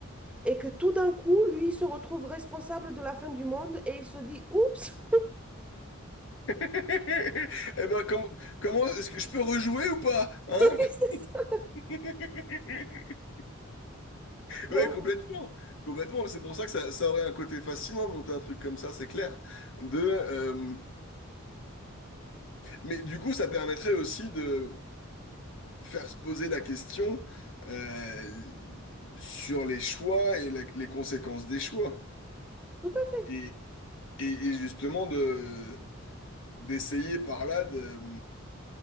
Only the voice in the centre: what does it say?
et que tout d'un coup, lui, il se retrouve responsable de la fin du monde et il se dit, oups,
<laughs>
Oui, c'est ça.
Donc,
tout à fait.